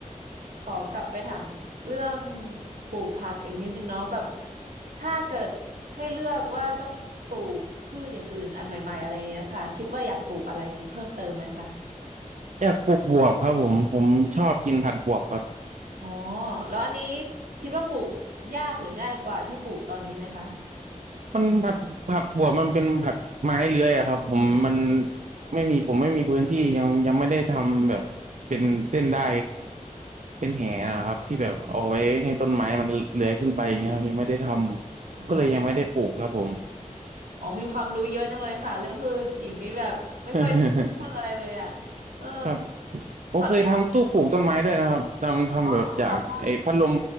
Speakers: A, on the right; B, on the right.
A: ขอกลับไปถามเรื่องปลูกผักอีกนิดนึงเนาะแบบถ้าเกิดให้เลือกว่าต้องปลูกพืชอย่างอื่นอันใหม่ๆอะไรเงี้ยค่ะคิดว่าอยากปลูกอะไรเพิ่มเติมไหมคะ
B: อยากปลูกบวบครับผมผมชอบกินผัดบวบครับ
A: อ๋อแล้วอันนี้คิดว่าปลูกยากหรือง่ายกว่าที่ปลูกตอนนี้ไหมคะ
B: มันผัดผักบวบมันเป็นผัดไม้เลื้อยอะครับผมมันไม่มีผมไม่มีพื้นที่ยังยังไม่ได้ทำแบบเป็นเส้นได้ เป็นแหนะครับที่แบบเอาไว้ให้ต้นไม้มันเลื้อยขึ้นไปอย่างเงี้ยครับยังไม่ได้ทำก็เลยยังไม่ได้ปลูกครับผม
A: อ๋ออ๋อมีความรู้เยอะจังเลยค่ะเรื่องพืชหญิงนี่แบบไม่ค่อยรู้เรื่องอะไรเลยอ่ะ
B: <laughs>
A: เออ
B: ครับผมเคยทำตู้ปลูกต้นไม้ด้วยนะครับทำทำแบบจากไอ้พัดลม
A: ขออนุญาตอ๋อเหรอคะ